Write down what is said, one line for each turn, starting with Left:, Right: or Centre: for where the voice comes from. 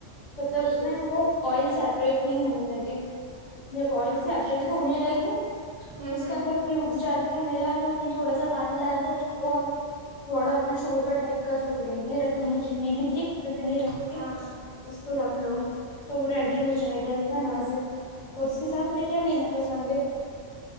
Left: تب تک
Right: جی
Left: اس
Right: جی
Left: میں وہ آئل چ اپریٹ نہیں ہونے لگے جب آئل
Right: اچھا
Left: سیپریٹ
Right: ہوں
Left: ہونے لگی
Right: ہوں
Left: اس کے اندر کیوبس ڈال کے ملا لو تھوڑا سا پانی ڈال کے اس کو تھوڑا اپنا شوربا ٹائپ کا جو گریوی رکھنی
Right: اچھا
Left: ہے جتنی بھی تھک اتنی رکھ کے
Right: ہاں
Left: اس کو رکھ ہلو تو وہ ریڈی
Right: اچھا
Left: ہو جائے گا ا تنا سے اور اس کے ساتھ تیں کیا لینا پسند ہے